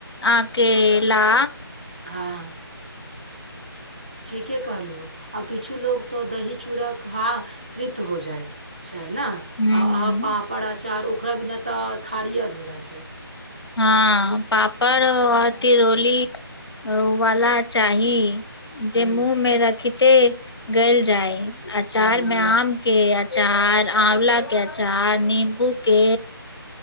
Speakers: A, on the left; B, on the right.
A: आके ला।
B: हँ ठीके कहलहुँ आ किछु लोको तऽ दही चूड़ा खा तृप्त हो जाय छै न,
A: हूं
B: आ पापड़-अँचार ओकरा बिना तऽ थारी धुरे छै।
A: हँ पापड़ आ तिरोली वला चाही
B: हूँ
A: जे मुँह मे रखिते गल जाय अचार
B: हूँ हूँ
A: मे आम के अचार आंवला के अचार नीमबू के